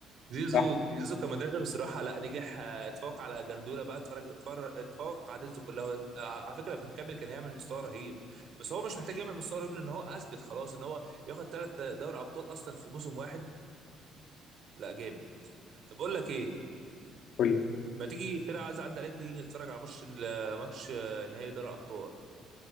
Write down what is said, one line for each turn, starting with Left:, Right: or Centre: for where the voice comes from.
Right: زيزو
Left: صح
Right: زيزو كمدرب الصراحة لا نجح آه، اتفوق على جاردولا بقى اتفرج اتفرج اتفوق على زيزو كلها آه، على فكرة لو كان كمل كان هيعمل مستوى رهيب بس هو مش محتاج يعمل مستوى رهيب لأن هو أثبت خلاص إن هو ياخد ثلاث دوري أبطال أصلا في موسم واحد لا جامد طب أقول لك إيه
Left: قول لي
Right: ما تيجي كده عايز أعدي عليك تيجي نتفرج على ماتش ماتش آه، نهائي دوري أبطال